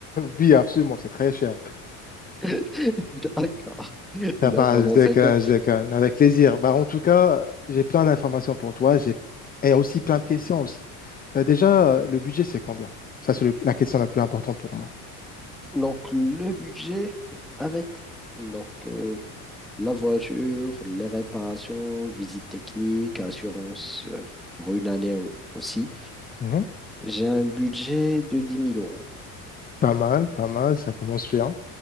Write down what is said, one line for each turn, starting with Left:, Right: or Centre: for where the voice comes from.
Left: Oui, absolument, c'est très cher.
Centre: <laughs> D'accord. D'accord,
Left: Ça va, je
Centre: dans
Left: déconne,
Centre: ce cas.
Left: je déconne. Avec plaisir. Bah, en tout cas, j'ai plein d'informations pour toi. J'ai et aussi plein de questions aussi. Euh, déjà, euh, le budget, c'est combien? Ça, c'est le- la question la plus importante pour moi.
Centre: Donc, le budget avec donc, euh, la voiture, les réparations, visite technique, assurance euh, pour une année au- aussi,
Left: Mhm.
Centre: j'ai un budget de dix mille euros.
Left: Pas mal, pas mal. Ça commence bien.